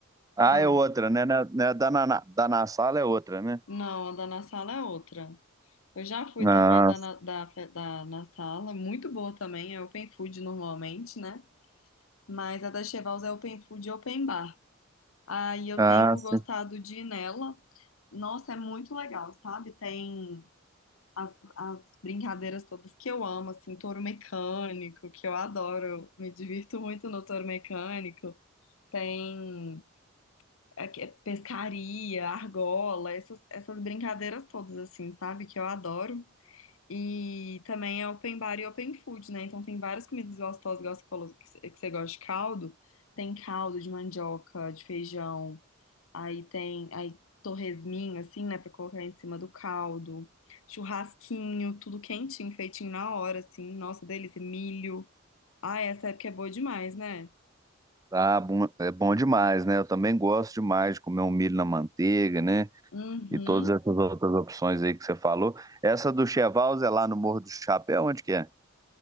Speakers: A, on the right (about 15°); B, on the left (about 80°).
A: Ah,
B: Ah,
A: é outra, né? Né- né, Da, na, na- da na sala é outra, né?
B: não, a da Na Sala é outra. Eu já fui
A: Ah,
B: também da, na- da, fe- da Na Sala, muito boa também, é open food normalmente, né? Mas a da Chevals é open food e open bar. Aí eu
A: ah,
B: tenho
A: sim.
B: gostado de ir nela. Nossa, é muito legal, sabe? Tem as, as brincadeiras todas que eu amo, assim, touro mecânico, que eu adoro, me divirto muito no touro mecânico. Tem é, que- é pescaria, argola, essas, essas brincadeiras todas, assim, sabe? Que eu adoro. E também é open bar e open food, né? Então tem várias comidas gostosas, igual você falou que você que você gosta de caldo. Tem caldo de mandioca, de feijão. Aí tem aí torresminho, assim, né, pra colocar em cima do caldo. Churrasquinho, tudo quentinho, feitinho na hora, assim. Nossa, delícia. Milho. Ah, essa época é boa demais, né?
A: Ah, bom, é bom demais, né? Eu também gosto demais de comer um milho na manteiga, né?
B: Uhum.
A: E todas essas outras opções aí que você falou. Essa do Chevals é lá no Morro do Chapéu, onde que é?